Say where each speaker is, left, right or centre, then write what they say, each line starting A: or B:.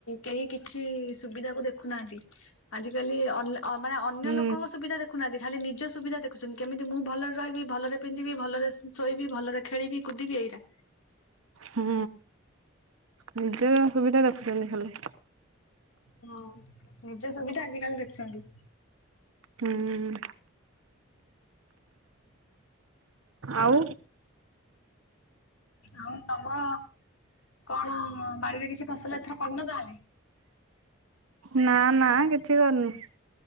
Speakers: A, on the left; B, on the right.
A: କେହି କିଛି ସୁବିଧାକୁ ଦେଖୁନାହାନ୍ତି ଆଜିକାଲି ଅଲ ଅ ମାନେ ଅନ୍ୟ
B: ହୁଁ
A: ଲୋକଙ୍କ ସୁବିଧା। ଦେଖୁନାହାନ୍ତି ଖାଲି ନିଜ ସୁବିଧା ଦେଖୁଛନ୍ତି କେମିତି ମୁଁ ଭଲରେ ରହିବି, ଭଲରେ ପିନ୍ଧିବି, ଭଲରେ ଶ ଶୋଇବି ଭଲରେ। ଖେଳିବି କୁଦିବି ଏଇରା।
B: ହୁଁ ନିଜର ସୁବିଧା ଦେଖୁଛନ୍ତି ଖାଲି।
A: ହଁ ନିଜ ସୁବିଧା ଆଜିକାଲି ଦେଖୁଛନ୍ତି।
B: ହୁଁ। <inaudible> ଆଉ।
A: ଆଉ ତମ କଣ ବାଡିରେ କିଛି ଫସଲ ଏଥର କରିନ ତାହେଲେ।
B: ନା ନା କିଛି କରିନୁ